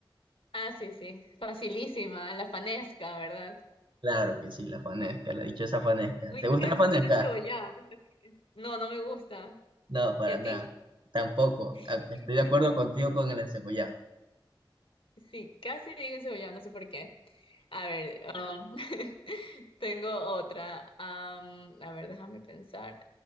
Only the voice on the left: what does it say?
ah, sí, sí, facilísima, la fanesca, ¿verdad?
Uy,
casi
digo encebollado, no sé por qué. No, no me gusta.
¿Y a
ti?
<laughs>
Sí, casi digo encebollado, no sé por qué. A ver, um, <laughs> tengo otra. Am, a ver, déjame pensar.